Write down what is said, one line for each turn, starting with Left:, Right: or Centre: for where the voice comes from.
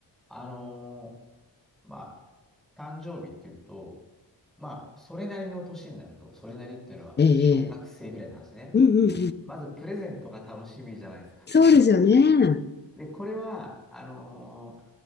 Centre: あのーまあ、誕生日っていうと、まあ、それなりの年になると、それなりっていうのは小学生ぐらいの話ね。
Left: ええ、ええ。うんうんうん。
Centre: まず、プレゼントが楽しみじゃないですか。
Left: そうですよね。
Centre: で、これは、あの